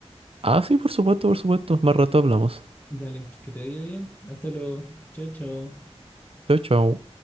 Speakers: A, on the right; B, on the left.
A: Ah, sí, por supuesto, por supuesto. Más rato hablamos.
B: Dale, que te vaya bien, hasta luego, chao, chao.
A: Chao, chao.